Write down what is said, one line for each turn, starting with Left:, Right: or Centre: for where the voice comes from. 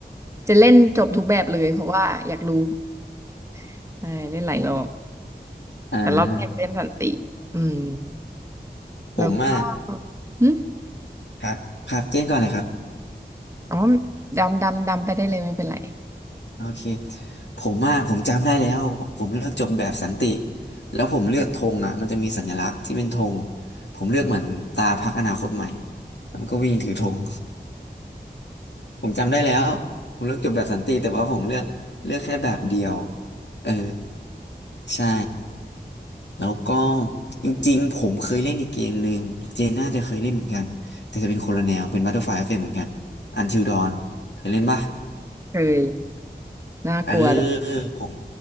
Right: จะเล่นจบทุกแบบเลยเพราะว่าอยากรู้ <laughs> ใช่เล่นหลายรอบ
Left: อ่า
Right: แต่รอบแรกเล่นสันติ อืม แล้วก็
Left: ผมอ่ะ
Right: หึ
Left: ครับครับเจนก่อนเลยครับ
Right: อ๋อดำ ดำ ดำไปได้เลยไม่เป็นไร
Left: โอเคผมอ่ะผมจำได้แล้วผมเลือกจบแบบสันติแล้วผมเลือกธงอ่ะมันจะมีสัญลักษณ์ที่เป็นธงผมเลือกเหมือนตาพรรคอนาคตใหม่มันก็วิ่งถือธง <laughs> ผมจำได้แล้วผมเลือกจบแบบสันติแต่เพราะผมเลือกเลือกแค่แบบเดียวเออใช่แล้วก็จริงๆผมเคยเล่นอีกเกมหนึ่งเจนน่าจะเคยเล่นเหมือนกันแต่จะเป็นคนละแนวเป็น Butterfly Effect เหมือนกัน Until Dawn เคยเล่นปะ
Right: เคยน่ากลัวด้วย
Left: เออผม